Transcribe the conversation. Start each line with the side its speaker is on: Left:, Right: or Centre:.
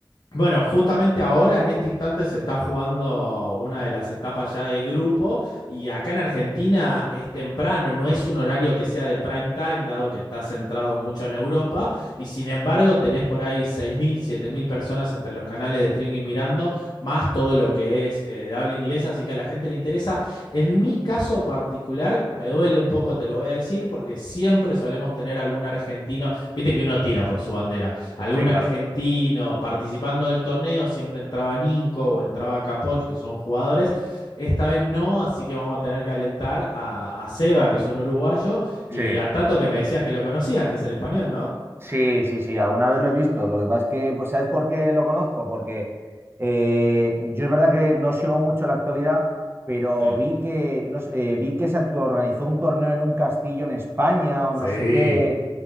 Left: Bueno, justamente ahora, en este instante, se está jugando una de las etapas ya de grupo y acá en Argentina es temprano, no es un horario que sea de prime time, dado que está centrado mucho en Europa y sin embargo tenés por ahí seis mil, siete mil personas entre los canales de streaming mirando, más todo lo que es eh, de habla inglesa, así que a la gente le interesa. En mi caso particular, me duele un poco, te lo voy a decir, porque siempre solemos tener algún argentino, viste que uno tira por su bandera algún
Right: Sí,
Left: argentino
Right: claro.
Left: participando del torneo, siempre entraba Nico o entraba Capoch, que son jugadores. Esta vez no, así que vamos a tener que alentar a, a Seba, que es un uruguayo, y
Right: Sí,
Left: a Tato, que me decías que lo conocías, que es el español, ¿no?
Right: Sí, sí, sí, alguna vez lo he visto. Lo que pasa es que, pues, ¿sabes por qué lo conozco? Porque eh, yo es verdad que no sigo mucho la actualidad, pero
Left: Sí.
Right: vi que, no sé, eh, vi que se actu- organizó un torneo en un castillo en España o
Left: Sí.
Right: no sé qué